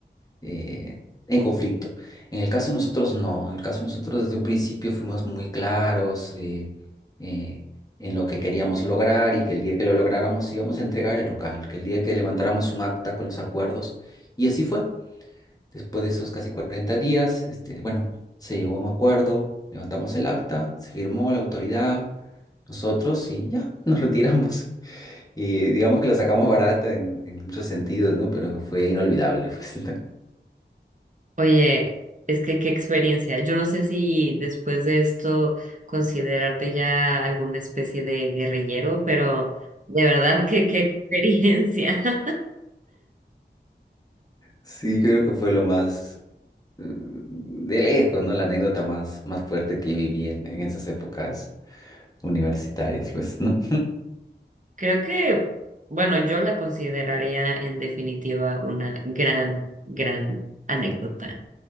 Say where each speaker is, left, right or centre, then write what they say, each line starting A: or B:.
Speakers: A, on the left (about 20°); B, on the right (about 45°).
A: eh, en conflicto. En el caso de nosotros, no. En el caso de nosotros, desde un principio fuimos muy claros eh, eh, en lo que queríamos lograr y que el día que lo lográramos íbamos a entregar el local, que el día que levantáramos un acta con los acuerdos. Y así fue. Después de esos casi 40 días, este, bueno, se llegó a un acuerdo, levantamos el acta, se firmó la autoridad, nosotros y ya, <laughs> nos retiramos. Y digamos que la sacamos barata en, en muchos sentidos, ¿no? Pero fue inolvidable. <laughs> pues. ¿no?
B: Oye, es que qué experiencia. Yo no sé si después de esto considerarte ya alguna especie de guerrillero, pero de verdad que qué experiencia. <laughs>
A: Sí, creo que fue lo más eh, de lejos, ¿no? La anécdota más, más fuerte que viví en, en esas épocas universitarias, pues, ¿no?
B: Creo que, bueno, yo la consideraría en definitiva una gran, gran anécdota.